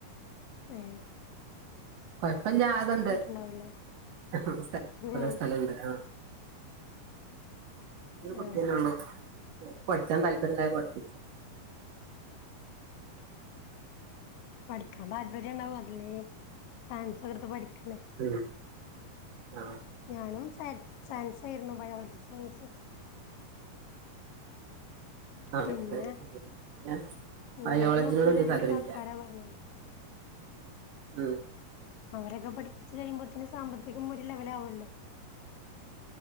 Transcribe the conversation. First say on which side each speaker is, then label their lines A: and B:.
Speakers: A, on the left (about 65°); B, on the right (about 70°).
A: വേ
B: കൊഴപ്പില്ലാതണ്ട്
A: കിട്ടുണ്ടാവൂല്ലേ
B: <unintelligible>
A: ഉം
B: കൊറേ സ്ഥലുണ്ട് ആ ഒരു കുട്ടിയല്ലേ
A: ആഹ്
B: ഉള്ളൂ ഓൾക്ക് പഠിച്ചാൻ താല്പര്യണ്ടായപ്പോ പടുപ്പിച്ചതാ
A: പഠിക്കാൻ താല്പര്യം ഉണ്ടാവും അതല്ലേ സയൻസ് ഒക്കെ എടുത്ത് പഠിക്കണ്
B: ഉം ആഹ്
A: ഞാനും സ സയൻസ് ആയിരുന്നു ബയോളജി സയൻസ്
B: ആ അവൾക്ക്
A: പിന്നെ
B: പിന്നെ
A: എന്റെ
B: ബയോളജിനോട്
A: മൂത്തത്
B: വല്യ
A: രണ്ട്
B: താല്പര്യമില്ല
A: കാക്കാരാ പറഞ്ഞല്ലോ
B: ഉം
A: അവരൊക്കെ പഠിപ്പിച്ച് കഴിയുപോത്തേന് സാമ്പത്തികം ഒരു ലെവലാവൂല്ലോ